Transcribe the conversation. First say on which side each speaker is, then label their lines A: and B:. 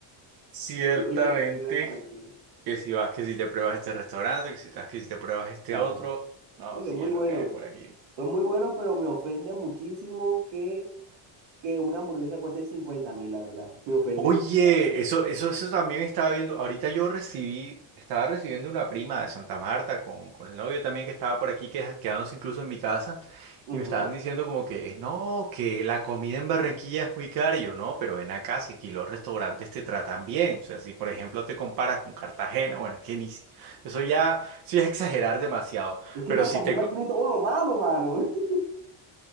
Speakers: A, on the right (about 50°); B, on the right (about 75°).
A: Ciertamente
B: Lo rico que hay que hacer en Barranquilla.
A: que si vas, que si te pruebas este restaurante, que si te vas, que si te pruebas este
B: claro.
A: otro. No,
B: Uy,
A: sí
B: son muy
A: es
B: buenos.
A: lo que hay por aquí.
B: Son muy buenos, pero me ofende muchísimo que, que una hamburguesa cueste cincuenta mil, la verdad. Me ofende
A: Oye,
B: demasiado.
A: eso, eso, eso también estaba viendo. Ahorita yo recibí, estaba recibiendo una prima de Santa Marta con, con el novio también que estaba por aquí, que quedándose incluso en mi casa, y
B: Ujú.
A: me estaban diciendo como que no, que la comida en Barranquilla es muy cara. Y yo, no, pero ven acá, si aquí los restaurantes te tratan bien. O sea, si por ejemplo te comparas con Cartagena, bueno, es que ni, si- eso ya, eso ya es exagerar demasiado.
B: Es que
A: Pero
B: Cartagena
A: si te,
B: tiene todo lo malo, mano. <laughs>